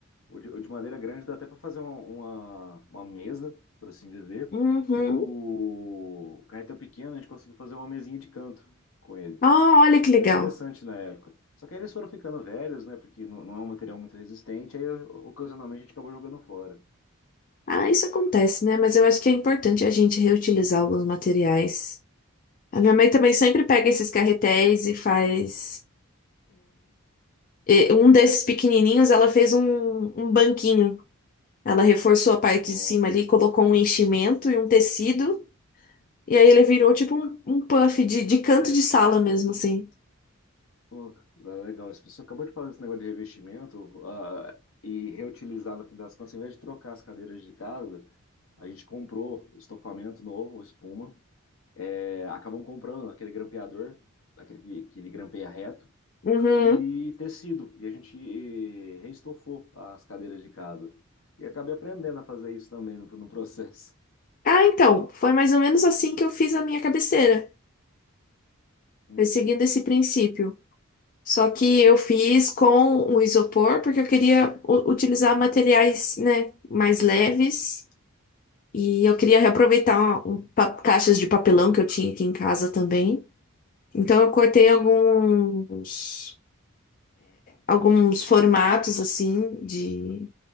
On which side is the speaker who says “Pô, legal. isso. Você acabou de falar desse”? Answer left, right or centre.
Left